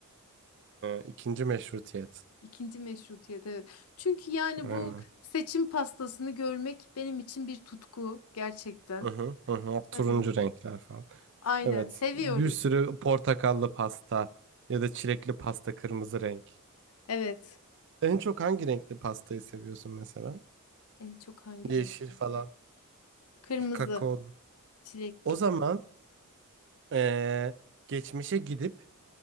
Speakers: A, on the right (about 55°); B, on the left (about 75°).
A: ikinci meşrutiyet.
B: <laughs> İkinci meşrutiyet evet. Çünkü yani
A: Aynen.
B: bu seçim pastasını görmek benim için bir tutku gerçekten.
A: Hı hı, hı hı.
B: Hani
A: Turuncu renkler falan.
B: aynen
A: Evet.
B: seviyorum.
A: Bir sürü portakallı pasta ya da çilekli pasta kırmızı renk.
B: Evet.
A: En çok hangi renkli pastayı seviyorsun mesela?
B: En çok hangi
A: Yeşil
B: renkli?
A: falan.
B: Kırmızı,
A: Kakaolu.
B: çilekli.
A: O zaman eee, geçmişe gidip